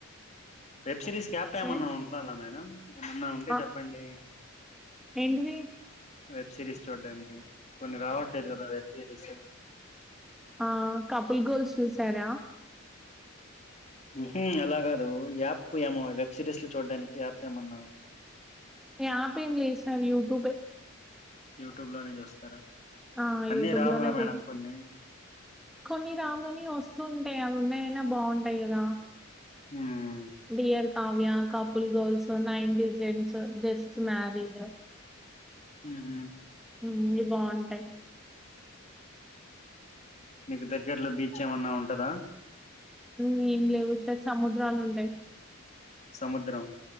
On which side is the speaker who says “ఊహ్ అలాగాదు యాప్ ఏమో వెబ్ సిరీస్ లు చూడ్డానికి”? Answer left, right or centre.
Left